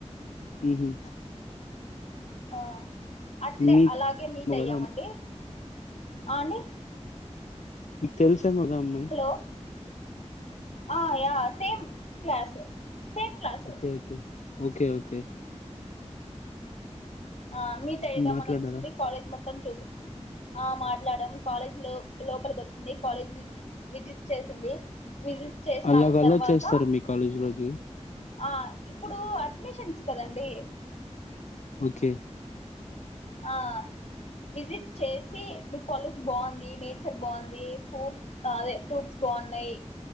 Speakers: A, on the left; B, on the left.
A: హ్మ్ హు
B: ఆ అట్లే
A: మీకు
B: అలాగే మీట్ అయ్యామండి
A: కదా
B: ఆ అండీ
A: మీకు తెలుసేమోగ ఆ అమ్మాయ్
B: హలో ఆ yeah same class same class
A: okay okay okay
B: ఆ మీట్ అయిదామని
A: మాట్లాడారా
B: వచ్చింది కాలేజ్ మొత్తం చూపించి ఆ మాట్లాడము కాలేజ్ లో లోపలికి వచ్చి కాలేజ్ విజి విజిట్ చేసింది విజి చేసినారు
A: అలాగ అలో
B: తర్వాత
A: చేస్తారు మీ కాలేజ్ లోకి
B: ఆ ఇప్పుడు అడ్మిషన్స్ కదండి
A: ఓకే
B: ఆ విజిట్ చేసి మీ కాలేజ్ బాగుంది నేచర్ బాగుంది పూ అదే ఫ్రూట్స్ బాన్నాయ్